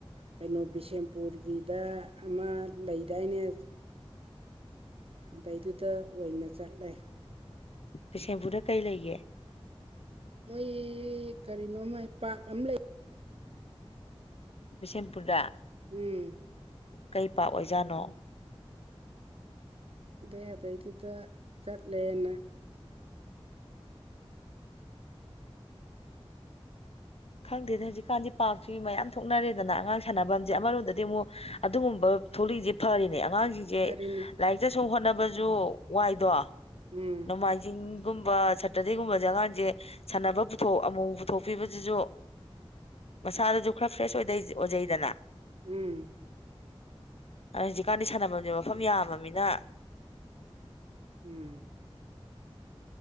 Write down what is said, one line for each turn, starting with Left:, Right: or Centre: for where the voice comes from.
Right: ꯀꯩꯅꯣ ꯕꯤꯁꯦꯝꯄꯨꯔꯒꯤꯗ ꯑꯃ ꯂꯩꯗꯥꯏꯅꯦ ꯑꯗꯩꯗꯨꯗ ꯑꯣꯏꯅ ꯆꯠꯂꯦ
Left: ꯕꯤꯁꯦꯝꯄꯨꯔꯗ ꯀꯩ ꯂꯩꯒꯦ
Right: ꯃꯣꯏ ꯀꯔꯤꯅꯣ ꯃꯥꯏ ꯄꯥꯛ ꯑꯃ ꯂꯩ
Left: ꯕꯤꯁꯦꯝꯄꯨꯔꯗ
Right: ꯎꯝ
Left: ꯀꯩ ꯄꯥꯛ ꯑꯣꯏꯖꯥꯠꯅꯣ
Right: ꯑꯩ ꯑꯗꯩꯗꯨꯗ ꯆꯠꯂꯦꯅ
Left: ꯈꯪꯗꯦꯗ ꯍꯧꯖꯤꯛꯀꯥꯟꯗꯤ ꯄꯥꯛꯁꯤ ꯃꯌꯥꯝ ꯊꯣꯛꯅꯔꯦꯗꯅ ꯑꯉꯥꯡ ꯁꯥꯟꯅꯐꯝꯁꯦ ꯑꯃꯔꯣꯝꯗꯗꯤ ꯑꯃꯨꯛ ꯑꯗꯨꯒꯨꯝꯕ ꯊꯣꯛꯂꯛꯏꯁꯦ ꯐꯔꯤꯅꯦ ꯑꯉꯥꯡꯁꯤ ꯖꯦ
Right: ꯍꯥꯏꯔꯤꯅꯤ
Left: ꯂꯥꯏꯔꯤꯛꯇꯁꯨꯝ ꯍꯣꯠꯅꯕꯁꯨ ꯋꯥꯏꯗꯣ
Right: ꯎꯝ
Left: ꯅꯣꯡꯃꯥꯏꯖꯤꯡ ꯒꯨꯝꯕ ꯁꯇꯔꯗꯦꯒꯨꯝꯕꯁꯦ ꯑꯉꯥꯡꯁꯦ ꯁꯥꯟꯅꯕ ꯄꯨꯊꯣꯛ ꯑꯃꯨ ꯄꯨꯊꯣꯛꯄꯤꯕꯗꯨꯁꯨ ꯃꯁꯥꯗꯨꯁꯨ ꯈꯔ ꯐ꯭ꯔꯦꯁ ꯑꯣꯏ ꯑꯣꯏꯖꯩꯗꯅ
Right: ꯎꯝ
Left: ꯑ ꯍꯧꯖꯤꯛꯀꯥꯟꯗꯤ ꯁꯥꯟꯅꯐꯝꯝꯁꯦ ꯃꯐꯝ ꯌꯥꯝꯃꯃꯤꯅ
Right: ꯎꯝ